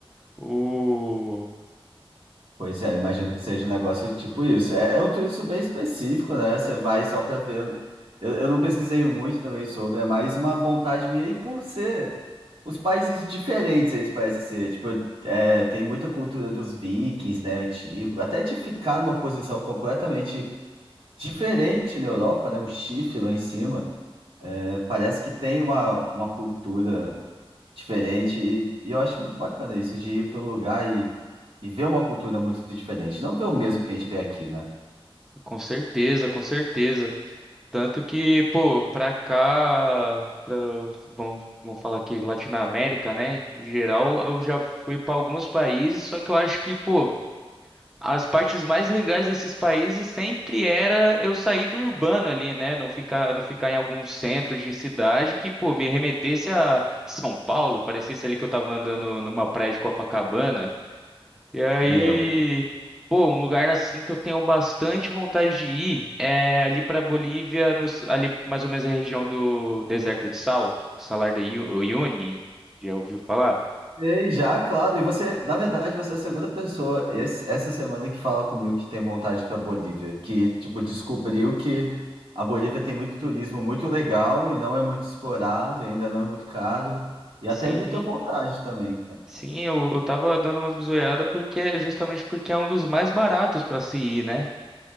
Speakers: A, in the centre; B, on the right.
A: O...
B: Pois é, eu imagino que seja um negócio tipo isso. É, é um turismo bem específico, né? Você vai só para ver. Eu, eu não pesquisei muito também sobre, é mais uma vontade minha. E por ser os países diferentes, eles parecem ser. Tipo, é, tem muita cultura dos vikings, né? Antigo. Até de ficar numa posição completamente diferente na Europa, né? Um chifre lá em cima. É, parece que tem uma, uma cultura diferente. E, e eu acho muito bacana isso, de ir para um lugar e, e ver uma cultura muito diferente. Não ver o mesmo que a gente vê aqui, né?
A: Com certeza, com certeza. Tanto que, pô, pra cá, pra, vamos, vamos falar aqui, Latinoamérica, né? Em geral, eu já fui pra alguns países, só que eu acho que, pô, as partes mais legais desses países sempre era eu sair do urbano ali, né? Não ficar, não ficar em algum centro de cidade que, pô, me remetesse a São Paulo, parecesse ali que eu tava andando numa praia de Copacabana. E aí,
B: Meu.
A: pô, um lugar assim que eu tenho bastante vontade de ir é ali pra Bolívia, nos- ali mais ou menos na região do Deserto de Sal, Salar de Iu- Uyuni. Já ouviu falar?
B: Sei, já, claro. E você, na verdade, você é a segunda pessoa esse- essa semana que fala comigo que tem vontade para Bolívia, que, tipo, descobriu que a Bolívia tem muito turismo muito legal e não é muito explorado, e ainda não é muito caro. E
A: Sim,
B: até me deu vontade também,
A: sim, eu, eu tava dando uma bisoiada porque justamente porque é um dos mais baratos pra se ir, né?